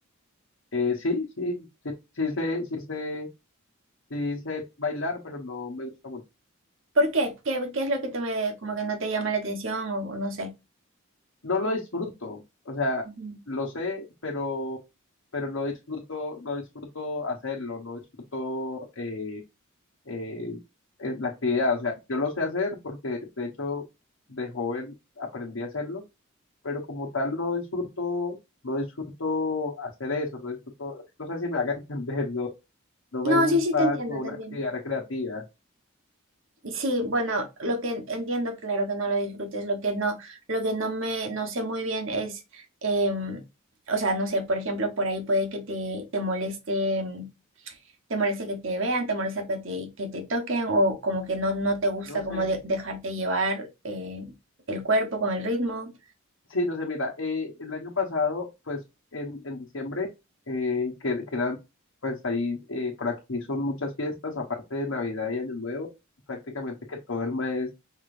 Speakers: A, on the left (about 70°); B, on the right (about 65°).
A: Eh, sí, sí, sí, sí sé, sí sé, sí sé bailar, pero no me gusta mucho.
B: ¿Por qué? ¿Qué, qué es lo que te me, como que no te llama la atención o, o no sé?
A: No lo disfruto, o sea,
B: Ujú.
A: lo sé, pero, pero no disfruto, no disfruto hacerlo, no disfruto eh, eh, eh, la actividad. O sea, yo lo sé hacer porque de hecho de joven aprendí a hacerlo, pero como tal no disfruto, no disfruto hacer eso, no disfruto, no sé si me haga <laughs> entender, ¿no? No me
B: No,
A: gusta
B: sí, sí, te entiendo,
A: como una
B: también
A: actividad recreativa.
B: Sí, bueno, lo que entiendo, claro que no lo disfrutes, lo que no, lo que no me, no sé muy bien es, em, o sea, no sé, por ejemplo, por ahí puede que te, te moleste, em, te moleste que te vean, te molesta que te, que te toquen, o como que no, no te gusta
A: No
B: como
A: sé,
B: de- dejarte llevar, eh, el cuerpo con el ritmo.
A: sí, no sé, mira, eh, el año pasado, pues en, en diciembre, eh, que, que eran, pues ahí, eh, por aquí son muchas fiestas, aparte de Navidad y Año Nuevo, prácticamente que todo el mes,